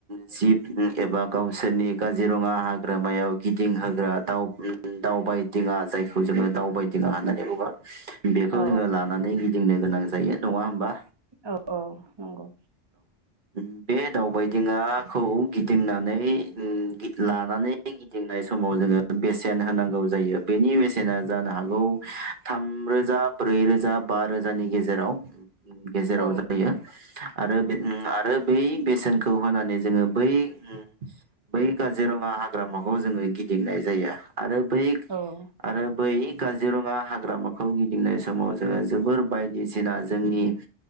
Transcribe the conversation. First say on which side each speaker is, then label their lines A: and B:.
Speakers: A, on the right; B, on the right.
A: जिब एबा गावसोरनि काजिरङा हाग्रामायाव गिदिंहोग्रा दाव ओम दावबायदिङा जायखौ जोङो दावबायदिङा होननानै बुङो। बेखौ
B: औ
A: जोङो लानानै गिदिंनो गोनां जायो नङा होमबा।
B: औ औ नंगौ।
A: बे दावबायदिङा -ङाखौ गिदिंनानै ओम लानानै गिदिंनाय समाव जोङो बेसेन होनांगौ जायो बेनि बेसेना जानो हागौ थामरोजा ब्रै रोजा बा रोजानि गेजेराव गेजेराव
B: औ
A: जायो आरो बे नों बै बेसेनखौ होनानै जोङो बै ओम बै काजिरङा हाग्रामाखौ जोङो गिदिंनाय जायो। आरो बै
B: औ
A: आरो बै काजिरङा हाग्रामा होम फिननाय समाव जोङो जोबोर बायदिसिना जोंनि